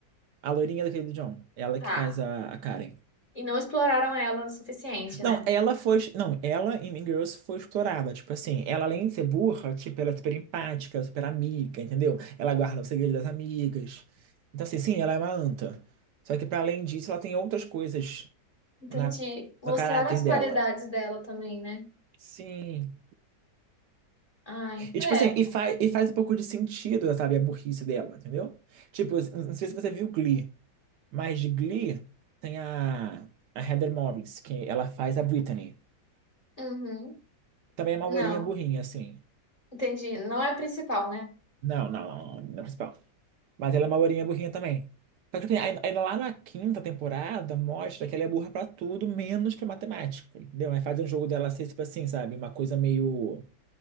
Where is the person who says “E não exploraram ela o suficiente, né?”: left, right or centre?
Left